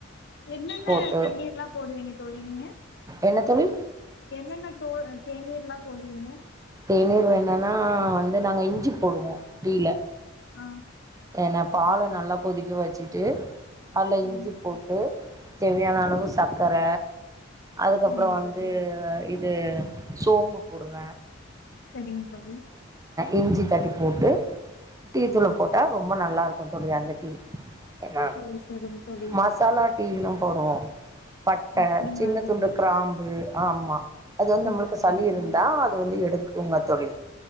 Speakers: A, on the left (about 60°); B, on the right (about 15°).
A: என்னென்ன
B: போட்டு
A: தேநீர்லா போடுவீங்க தோழி நீங்க
B: என்ன தோழி
A: என்னன்ன தோ தேநீர்லா போடுவீங்க
B: தேநீர் வேனுன்னா வந்து நாங்க இஞ்சி போடுவோ டீல
A: ஆ
B: ஏனா பால நல்லா கொதிக்க வச்சுட்டு அதுல
A: சரிங்க
B: இஞ்சி
A: தோழி
B: போட்டு தேவையான அளவு சக்கர அதுக்கப்பற
A: சரிங்க
B: வந்து
A: தோழி
B: இது சோம்பு போடுவ
A: செரிங் தோழி
B: இஞ்சி தட்டி போட்டு டீ தூள போட்டா ரொம்ப நல்லாருக்கு தோழி அந்த டீ ம
A: சரி சரிங்க தோழி
B: மசாலா டீயலா போடுவோ பட்ட
A: அப்டிங்களா
B: சின்ன
A: தோழி
B: துண்டு கிராம்பு ஆமா அது வந்து
A: சரி
B: நம்மளுக்கு
A: சரிங்க
B: சளி இருந்தா
A: தோழி
B: அது வந்து எடுக் குங்க தோழி